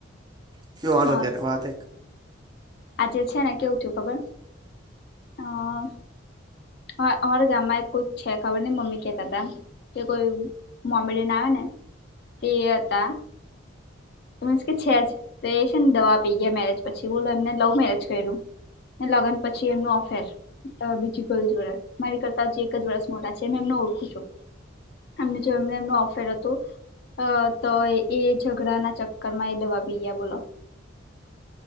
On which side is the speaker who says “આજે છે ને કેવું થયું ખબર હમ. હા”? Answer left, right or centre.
Left